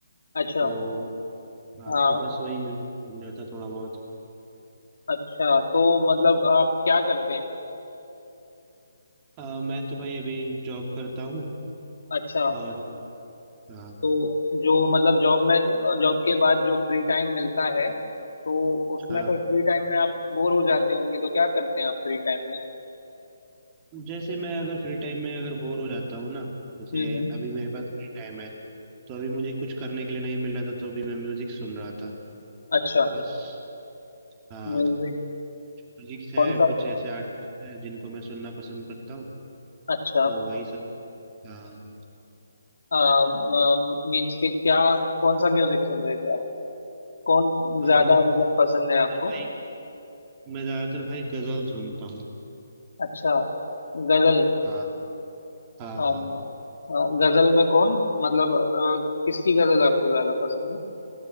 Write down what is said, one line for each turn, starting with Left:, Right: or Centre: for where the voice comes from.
Left: अच्छा
Right: तो हाँ
Left: हाँ
Right: तो बस वही मिल मिल रहा था थोड़ा बहुत
Left: अच्छा तो मतलब आप क्या करते हैं
Right: आ, मैं तो भाई अभी जॉब करता हूँ
Left: अच्छा
Right: और हाँ
Left: तो जो मतलब जॉब में जॉब के बाद जो फ्री टाइम मिलता है तो उसमें
Right: हाँ
Left: तो फ्री टाइम में आप बोर हो जाते होंगे तो क्या करते हैं आप फ्री टाइम में
Right: जैसे मैं अगर फ्री टाइम में अगर बोर हो जाता हूँ ना जैसे
Left: हम्म हम्म,
Right: अभी मेरे पास फ्री टाइम है तो अभी मुझे कुछ करने के लिए नहीं मिल रहा था तो अभी मैं म्यूजिक सुन रहा था
Left: अच्छा
Right: बस हाँ
Left: म्यूजिक
Right: म्यूजिक है
Left: कौन सा
Right: कुछ ऐसे आर्टिस्ट हैं जिनको मैं सुनना पसंद करता हूँ
Left: अच्छा
Right: तो वही सब हाँ
Left: मीन्स के क्या कौन सा म्यूजिक सुन रहे थे आप कौन
Right: हाँ,
Left: ज्यादा मतलब पसंद है
Right: इधर
Left: आपको
Right: भाई मैं ज्यादातर भाई गजल सुनता हूँ
Left: अच्छा गजल
Right: हाँ हाँ
Left: अ, अ,
Right: हाँ
Left: गजल में कौन मतलब अ, किसकी गजल आपको ज्यादा पसंद है